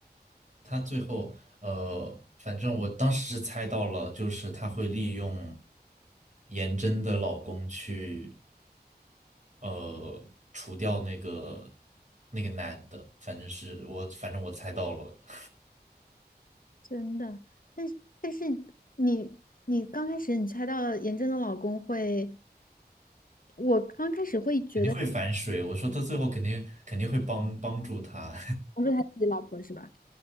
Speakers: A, on the right; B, on the left.
A: 他最后，呃，反正我当时是猜到了，就是他会利用颜真的老公去，呃，除掉那个那个男的，反正是我，反正我猜到了，<laughs>
B: 真的。但是但是你你刚开始你猜到了严正的老公会，我刚开始会觉得
A: 肯定会反水。我说他最后肯定肯定会帮帮助他，
B: 不是他自己老婆是吧？